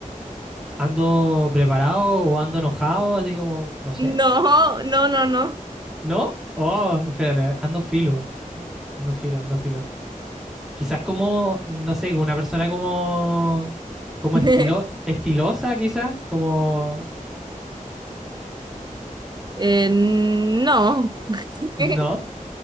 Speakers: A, in the centre; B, on the right (about 30°).
A: ando preparado o ando enojado, así como, no sé.
B: No, no, no, no.
A: ¿No? Oh, espérate, ando filo. Ando filo, ando filo. Quizás como, no sé, una persona como, como
B: <laughs>
A: estilo, estilosa, quizás, como,
B: Eh, no. <laughs>
A: no,